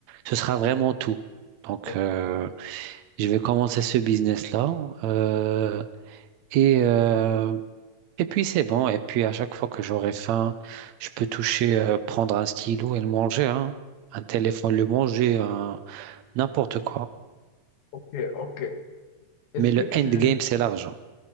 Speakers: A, on the right; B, on the left.
A: Ce sera vraiment tout. Donc,
B: Ok,
A: euh, je vais commencer ce business-là. euh, et, euh, et puis, c'est bon. Et puis, à chaque fois que j'aurai faim, je peux toucher, euh, prendre un stylo et le manger, hein. Un téléphone, le manger, un- n'importe quoi.
B: ok, ok. Est-ce
A: Mais
B: que
A: le
B: tu...
A: endgame, c'est l'argent.